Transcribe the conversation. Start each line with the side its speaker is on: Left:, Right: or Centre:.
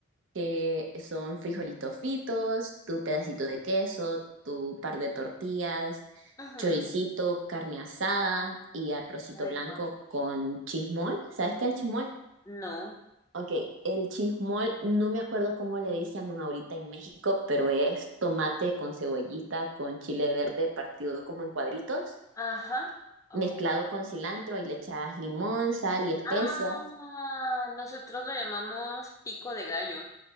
Right: que son frijolitos fritos, tu pedacito de queso, tu par de tortillas,
Left: Ujú.
Right: choricito, carne asada y arrocito
Left: Rico.
Right: blanco con chismol. ¿Sabes qué es el chismol?
Left: No. No.
Right: Ok, el chismol, no me acuerdo cómo le dicen ahorita en México, pero es tomate con cebollita, con chile verde partido como en cuadritos,
Left: Ajá. Ok.
Right: mezclado con cilantro y le echas limón, sal y especias.
Left: Ah, nosotros lo llamamos pico de gallo.